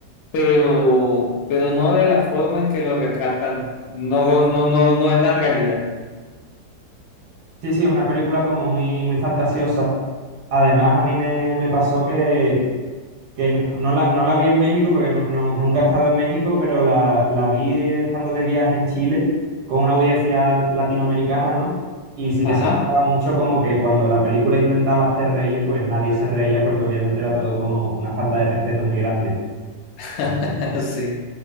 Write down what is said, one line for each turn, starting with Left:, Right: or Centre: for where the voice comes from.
Left: pero, pero no de la forma en que lo retratan. No, no, no, no es la realidad.
Right: Sí, sí, es una película como muy, muy fantasiosa. Además, a mí me, me pasó que que no, no la, no la vi en México porque no, no- nunca he estado en México, pero la, la vi estando de viaje en Chile con una audiencia latinoamericana, ¿no? Y sí
Left: Ajá.
Right: que se notaba mucho como que cuando la película intentaba hacer reír, pues nadie se reía porque obviamente era todo como una falta de respeto muy grande.
Left: <laughs> Sí.